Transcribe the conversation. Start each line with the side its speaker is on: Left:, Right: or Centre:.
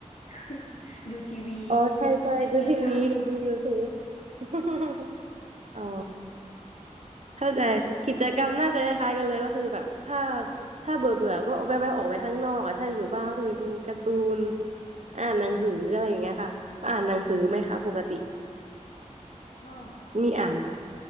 Left: <laughs> ดูทีวี
Right: อ๋อใช่ใช่ดูทีวีดู
Left: เล่นโทรศัพท์
Right: YouTube <laughs> อ๋อเข้าใจกิจกรรมน่าจะคล้ายๆกันเลยก็คือแบบถ้าถ้าเบื่อเบื่อก็เอาแวบๆออกไปข้างนอกอะถ้าอยู่บ้านก็คือดูการ์ตูนอ่านหนังสืออะไรอย่างเงี้ยค่ะอ่านหนังสือไหมคะปกติ
Left: ก็
Right: มีอ่านไหม